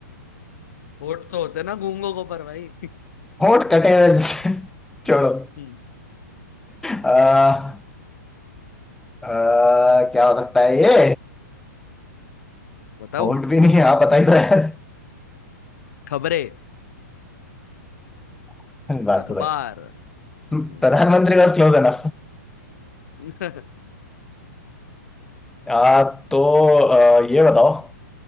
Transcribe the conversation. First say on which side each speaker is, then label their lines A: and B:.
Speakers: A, on the left (about 65°); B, in the centre.
A: होठ तो होते ना गूंगों को पर भाई
B: होठ कटे हुए से- <laughs> छोड़ो
A: हम्म,
B: आ, आ, क्या हो सकता है ये
A: बताओ
B: होठ भी नहीं आप बताइए तो यार
A: खबरें
B: <laughs> बात
A: अखबार
B: तो सही। प्रधानमंत्री
A: हम्म
B: का क्लोज है ना
A: <laughs>
B: <laughs> आ, तो आ, ये बताओ